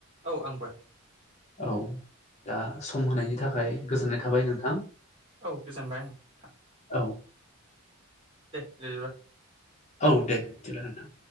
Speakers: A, on the right; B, on the left.
A: औ आंबो
B: औ दा सम होनायनि थाखाय गोजोननाय थाबाय नोंथां।
A: औ गोजोनबाय आं नोंथां।
B: औ
A: दे <unintelligible>
B: औ दे बिदिब्ला नोंथां